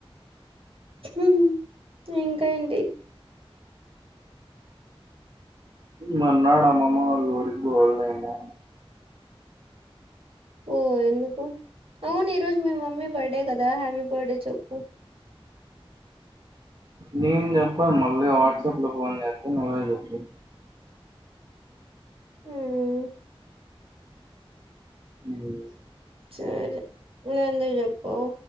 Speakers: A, on the right (about 70°); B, on the right (about 50°).
A: ఉమ్ ఇంకా ఏంటి
B: మన్నాడు అమ్మమ్మ వాళ్ళ ఊరికి పోలేమో
A: ఓ ఎందుకు అవును ఈ రోజు మీ మమ్మీ బర్డే కదా హ్యాపీ బర్త్డే చెప్పు
B: నేను జెప్పను మళ్ళీ వాట్సాప్ లో ఫోన్ చేస్తాను నువ్వే చెప్పు
A: ఉమ్
B: ఉమ్.
A: సరే నువ్ ఎందుకు చెప్పవ్